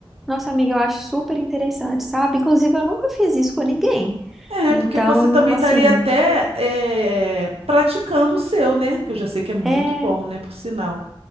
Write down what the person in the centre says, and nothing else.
Nossa, amiga, eu acho super interessante, sabe? Inclusive, eu nunca fiz isso com ninguém.
Então,
assim,
é.